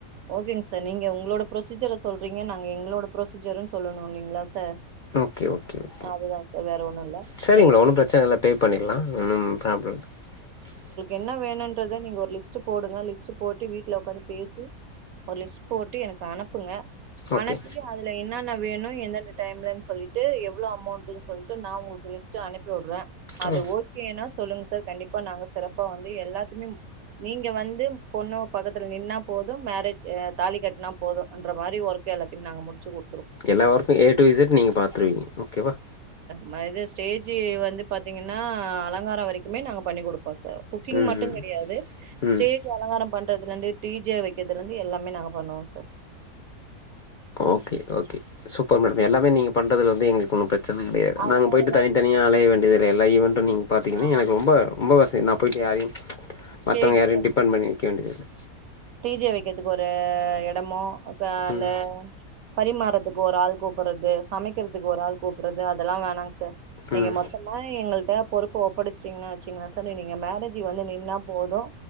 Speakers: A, on the right; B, on the left.
A: ஓகேங் சார் நீங்க உங்குளோட புரொசீஜர சொல்றீங்க. நாங்க எங்களோட புரொசீஜரூன் சொல்லணு இல்லிங்ளா சார்
B: ஆ ஓகே ஓகே ஓ
A: அதுதா சார் வேற ஒன்னு இல்ல
B: செரிங்க
A: நீங்க
B: மேடோ
A: பில்
B: ஒன்னு பிரச்சன இல்ல பேப் பண்ணில்லா ஒன்னும் ப்ராப்ளம் இ
A: என்னா வேணுன்றத நீங்க ஒரு லிஸ்ட்டு போடுங்க லிஸ்ட்டு போட்டு வீட்ல உக்காந்து பேசி ஒரு லிஸ்ட் போட்டு எனக்கு அனுப்புங்க
B: ஓகே
A: அனப்பி அதுல என் னானா வேணு எந்தெந்த டைம்லன் சொல்லிட்டு எவ்ளோ அமௌன்டுன்னு சொல்ட்டு நா உங்குளுக் லிஸ்ட் அனுப்பி உட்வே அது
B: ஆ
A: ஓகேனா சொல்லுங் சார் கண்டிப்பா நாங்க சிறப்பா வந்து எல்லாத்திமேம் நீங்க வந்து பொண்ணு பக்கத்துல நின்னா போதும் மே சு ஏ தாலி கட்னா போது அன்ற மாரி ஒர்க்க எல்லாத்திம் நாங்க முடிச்சு கு
B: எல்லா ஒர்க்கு ஏ டூ இஜெட் நீங்க பாத்துர்வீங்க ஓகேவா
A: மா இது ஸ்டேஜு வந்து பாத்தீங்கனா அலங்காரோ வரைக்குமே நாங்க பண்ணி குடுப்போ சார் குக்கிங்
B: ம்
A: மட்டோ
B: ம்
A: கெடையாது ஸ்டேஜ்
B: ம்
A: அலங்காரோ பண்றதுலந்து டி ஜே வக்க தலந்து எல்லாமே நாங்க பண்ணுவோ சா
B: ஓகே ஓகே சூப்பர் மேடம் எல்லாமே நீங்க பண் டதுலந்தே எங்களுக்கு ஒன்னு பிரச் <unintelligible>
A: அதனால
B: நாங்க போயிட்டு தனித்தனியா அலய வேண்டிது எல்லா இவன் நீங்க பாத்தீங்கனா
A: ஆமா
B: எனக்கு ரொம்ப ரொம்ப வசதி. நா போயிட்டு யாரயு
A: ஸ்டேஜு
B: மத்தவங்க யாரயு டிபெண்ட் பண்ணி வைக்க வேண்டியதில்ல.
A: டீஜே வைக்கறதுக்கு ஒரு எடமோ அ அந்த
B: ம்
A: ம்ச் பரிமாறதுக்கு ஒரு ஆள் கூப்படறது சமைக்கிறதுக்கு ஒரு ஆள் கூப்படறது அதெல்லா வேணாங் சார் நீங்க
B: ம்
A: மொத்தமா எங்கள்ட்ட பொரு ப்ப ஒப்படச்சிட்டீங்களாட வச்சீங்குங்க சார் நீங்க மேரேஜ் வந்து நின்னா போது அ